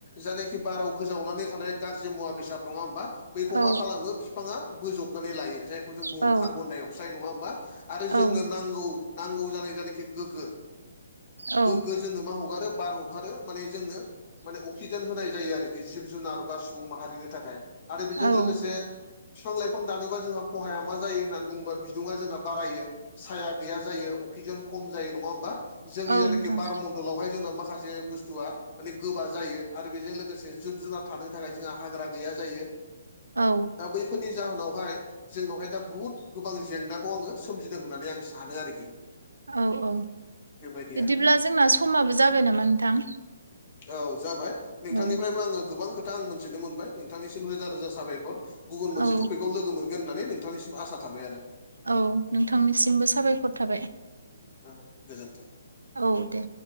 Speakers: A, on the left; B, on the right.
A: जानाखि बाराव गोजावनानै थानाय गाज्रि मुवा बेसाद नङा होमबा बैखौ
B: औ
A: मा खालामो बिफाङा बोजबनानै लायो जायखौ जों बुङो
B: औ
A: कार्बन-डाइ -अक्साइड नङा ओमबा आरो जोंनो
B: औ
A: नांगौ नांगौ जानाय जानायखि गोगो
B: औ
A: गोग्गो जोंनो मा हगार खो बार हखारो माने जोङो माने अक्सिजेन होनाय जायो आरोखि जिब जुनार बा सुबुं माहारिनि थाखाय आरो बेजों
B: औ
A: लोगोसे फिफां लाइफां दानोबा जोंहा खहाया मा जायो होननानै बुङोबा बिदुङा जोंना बारायो। साया गैया जायो अक्सिजेन खम जायो नङा ओमबा जोंनि
B: औ
A: जायनायखि
B: नोंथां
A: बार मण्डलावहाय जोंनाव माखासे बुस्थुआ माने गोबा जायो आरो बेजों लोगोसे जिब जुनार थानो थाखाय जोंहा हाग्रा गैया जायो।
B: औ
A: दा बैफोरनि जाहोनावहाय जोंनावहाय दा बुहुद गोबां जेंनाखौ आङो सोमजिदों होननानै आं सानो आरोखि
B: औ औ
A: बेबायदि
B: बिदिब्ला
A: आरो
B: जोंना समाबो जाबाय नामा नोंथां?
A: औ जाबाय नोंथांनिफ्रायबो
B: औ
A: आङो गोबां खोथा आं मोनथिनो मोनबाय नोंथांनिसिम रोजा रोजा साबायखर गुबुन मोनसे
B: औ
A: टपिकाव लोगो मोनगोन होननानै नोंथांनिसिम आसा थाबाय आरो।
B: औ नोंथांनिसिमबो साबायखर थाबाय।
A: औ गोजोन्थों
B: औ दे